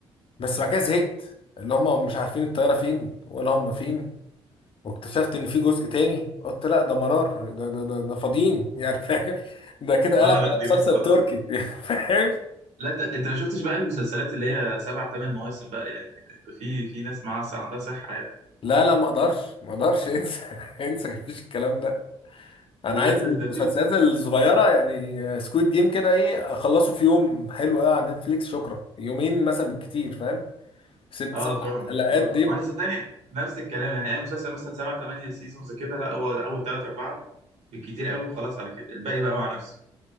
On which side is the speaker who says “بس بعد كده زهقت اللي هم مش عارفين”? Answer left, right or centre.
Left